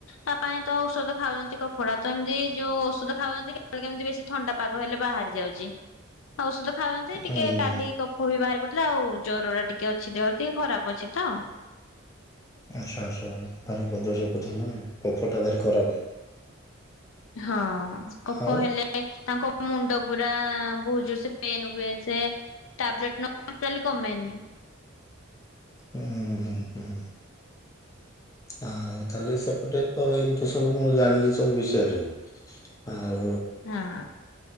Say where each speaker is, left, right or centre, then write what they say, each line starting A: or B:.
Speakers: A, on the left; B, on the left.
A: ତା ପାଇଁ ତ ଔଷଧ ଖାଉଚନ୍ତି କଫତା ତ ଏମତି ଯୋଉ ଔଷଧ ଖାଉଛନ୍ତି କେତେ ବେଳେ କେମିତି ବେଶୀ ଥଣ୍ଡା ପାଗ ହେଲେ ବାହାରି ଯାଉଛି ଔଷଧ ଖାଉଚନ୍ତି ଟିକେ
B: ହୁଁ
A: କାଲି କଫ ବି ବହାରି ପଡି ଆଉ ଜର ଟା ଟିକେ ଅଛି ଦେହରେ ଟିକେ ଖରାପ ଅଛି ତ।
B: ଆଚଛା ଆଚ୍ଛା ଭାରି ପଦସ ପଥ ନ କପ ଟା ଭାରି ଖରାପ।
A: ହଁ କଫ
B: ଆଉ
A: ହେଲେ ତାଙ୍କ ମୁଣ୍ଡପୁରା ବହୁ ଜୋର ସେ ପେନ୍ ହୁଏ ସେ ଟ୍ୟାବଲେଟ ନ ନେଲେ ଟୋଟାଲ କମେନି।
B: ହୁଁ ହୁଁ ହୁଁ। ଆଉ ତାହେଲେ ସେପଟେ ତ ଏମିତି ସବୁ ମୁଁ ଜାଣିଲି ସବୁ ବିଷୟରେ ଆଉ
A: ହଁ,